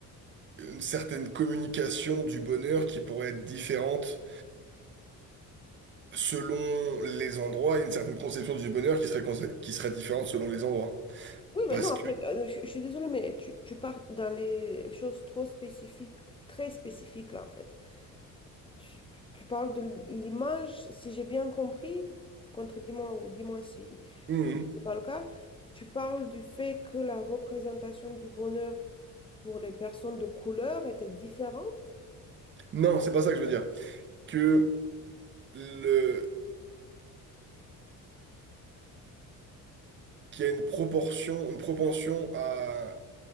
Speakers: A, on the right; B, on the left.
A: une certaine communication du bonheur qui pourrait être différente selon les endroits et une certaine conception du bonheur qui serait, conse- qui serait différente selon les endroits.
B: Oui, mais
A: Parce
B: non, après,
A: que...
B: euh, je, je suis désolée, mais tu, tu pars dans les choses trop spécifiques, très spécifiques, là, en fait. Tu, tu parles de l'image, si j'ai bien compris, contredis-moi ou dis-moi si
A: Mhm.
B: c'est pas le cas, tu parles du fait que la représentation du bonheur pour les personnes de couleur était différente?
A: Non, c'est pas ça que je veux dire. Que le... qu'il y a une proportion, une propension à